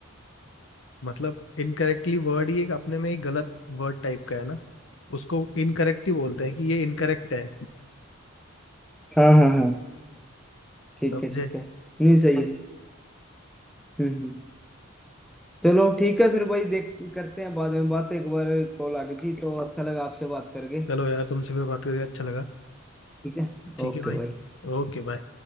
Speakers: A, on the left; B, in the centre.
A: मतलब इनकरेक्टली वर्ड ही एक अपने में ही गलत वर्ड टाइप का है ना उसको इनकरेक्ट ही बोलते हैं कि ये इनकरेक्ट है
B: हाँ हाँ हाँ ठीक
A: समझे
B: है ठीक है नहीं सही है हम्म हम्म। चलो ठीक है फिर भाई देख करते हैं बाद में बात एक बार कॉल आ गई थी तो अच्छा लगा आपसे बात करके
A: चलो यार तुमसे भी बात करके अच्छा लगा
B: ठीक है
A: ठीक
B: ओके
A: है भाई
B: भाई
A: Okay bye